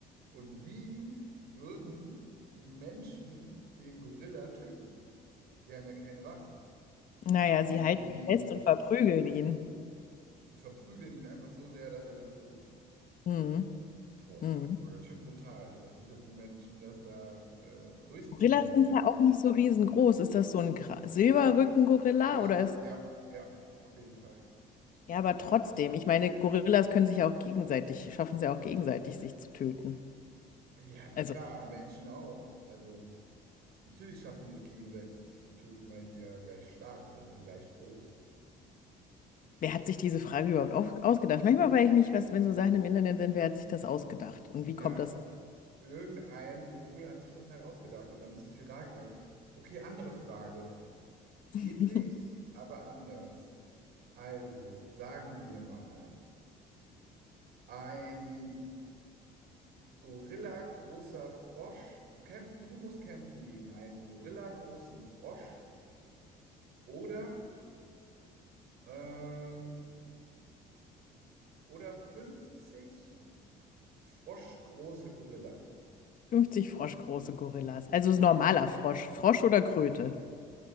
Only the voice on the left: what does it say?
naja,
sie halten
ihn fest und
verprügeln ihn.
Mhm.
Mhm.
Gorillas
sind ja auch nicht so riesengroß. Ist das so ein Gra- Silberrücken-Gorilla
oder ist
Ja, aber trotzdem, ich meine, Gorillas können sich ja auch gegenseitig, schaffen es ja auch gegenseitig, sich zu töten.
Also,
wer hat sich diese Frage überhaupt auf, ausgedacht? Manchmal frage ich mich, was, wenn so Sachen im Internet sind, wer hat sich das ausgedacht? Und
wie kommt das?
<laughs>
50 Froschgroße Gorillas. Also ist normaler Frosch. Frosch oder Kröte?